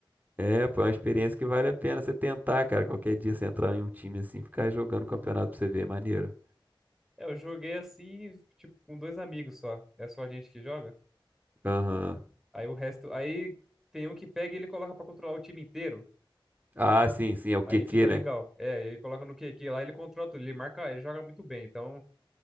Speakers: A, on the right (about 20°); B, in the centre.
A: é, pô, é uma experiência que vale a pena você tentar, cara. Qualquer dia você entrar em um time assim, ficar jogando campeonato pra você ver, é maneiro.
B: É, eu joguei assim, tipo, com dois amigos só. É só a gente que joga?
A: Aham.
B: Aí o resto. Aí tem um que pega e ele coloca pra controlar o time inteiro.
A: Ah, sim, sim, é o
B: Aí
A: QQ,
B: fica legal.
A: né?
B: É, ele coloca no QQ lá, ele controla tudo. Ele marca, ele joga muito bem. Então,